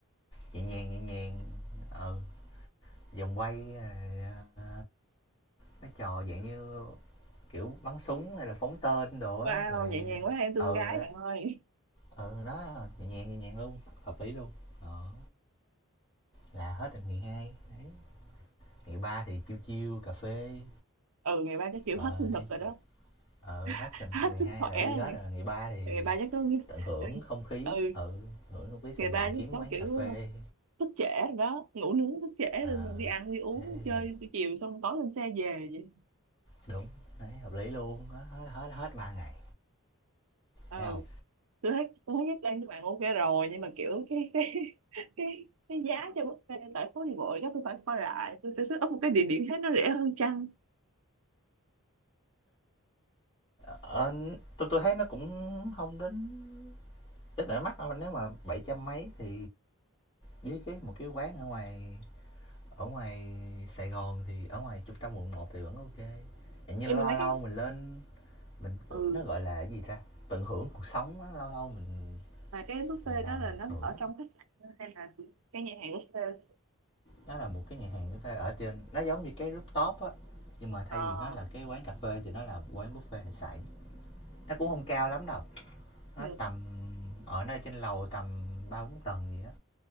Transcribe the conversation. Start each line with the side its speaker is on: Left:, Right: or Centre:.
Left: nhẹ nhàng nhẹ nhàng ừ vòng quay rồi ờ, mấy trò dạng như kiểu bắn súng hay là phóng tên đồ á
Right: wow
Left: rồi
Right: nhẹ nhàng quá em thương
Left: ừ
Right: gái
Left: đó,
Right: bạn ơi
Left: ừ đó nhẹ nhàng nhẹ nhàng luôn hợp lý luôn đó là hết rồi ngày hai đấy ngày ba thì chiêu chiêu cà phê
Right: ừ ngày ba chắc chịu
Left: ờ
Right: hết sinh lực
Left: hai
Right: rồi đó
Left: ờ hết
Right: <laughs>
Left: sinh
Right: hết
Left: ngày
Right: sức
Left: hai
Right: khỏe
Left: là đi
Right: rồi
Left: hết
Right: ngày,
Left: rồi ngày ba thì
Right: ngày ba chắc có
Left: tận hưởng
Right: <laughs>
Left: không khí
Right: ừ
Left: ừ hưởng không khí Sài
Right: ngày
Left: Gòn
Right: ba chắc
Left: kiếm
Right: có
Left: quán
Right: kiểu
Left: cà phê
Right: thức trễ rồi đó ngủ nướng thức trễ
Left: ờ
Right: rồi đi ăn đi uống
Left: thế
Right: chơi
Left: rồi
Right: buổi chiều xong tối lên xe về vậy
Left: đúng đấy hợp lý luôn hết hết hết, hết ba ngày
Right: ừ
Left: thấy không
Right: tôi thấy tôi thấy Jack Lang các bạn ok rồi nhưng mà kiểu cái cái <laughs> cái cái giá cho buffet tại phố đi bộ chắc tôi phải coi lại tôi sẽ set up một cái địa điểm khác nó rẻ hơn chăng
Left: Ờ, tôi tui thấy nó cũng không đến đến nỗi mắc đâu, nếu mà bảy trăm mấy thì với cái một cái quán ở ngoài ở ngoài Sài Gòn thì ở ngoài trung tâm quận một thì vẫn ok. kê. như
Right: nhưng
Left: lâu
Right: mà mấy
Left: lâu
Right: cái
Left: mình lên mình, kiểu,
Right: ừ
Left: nó, gọi là, cái gì ta, tận hưởng cuộc sống á, lâu lâu mình
Right: mà cái buffet
Left: mình làm
Right: đó là
Left: một
Right: nó
Left: bữa.
Right: ở trong khách sạn hay là cái nhà hàng buffet
Left: Nó là một cái nhà hàng chúng ta ở trên nó giống như cái rooftop á, nhưng mà
Right: ờ
Left: thay vì nó là cái quán cà phê thì nó là một quán buffet hải sản. Nó cũng không cao lắm đâu. Nó
Right: ừ.
Left: tầm ở nơi trên lầu tầm ba bốn tầng gì đó